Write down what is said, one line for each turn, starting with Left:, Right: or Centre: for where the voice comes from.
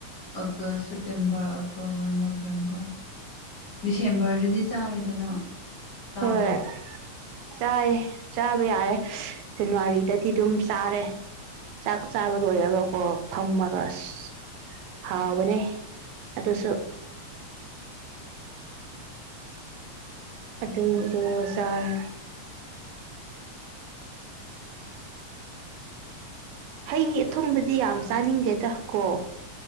Left: ꯑꯒꯁ ꯁꯦꯞꯇꯦꯝꯕꯔ ꯑꯣꯛꯇꯣꯕꯔ ꯅꯣꯕꯦꯝꯕꯔ ꯗꯤꯁꯦꯝꯕꯔꯗꯗꯤ ꯆꯥꯔꯦꯗꯅ ꯆꯥꯕ꯭ꯔꯣ
Right: ꯍꯣꯏ ꯆꯥꯏ ꯆꯥꯕ ꯌꯥꯔꯦ ꯖꯅꯋꯥꯔꯤꯗꯗꯤ ꯑꯗꯨꯝ ꯆꯥꯔꯦ ꯆꯥꯛ ꯆꯥꯕ ꯂꯣꯏꯔꯒꯀꯣ ꯐꯝꯃꯒ ꯑꯁ ꯍꯥꯎꯕꯅꯦ ꯑꯗꯨꯁꯨ
Left: ꯍꯥꯎꯕꯅꯦ
Right: ꯑꯗꯨꯗꯣ ꯆꯥꯔꯦ ꯍꯩ ꯑꯊꯨꯝꯕꯗꯤ ꯌꯥꯝ ꯆꯥꯅꯤꯡꯗꯦꯗ ꯀꯣ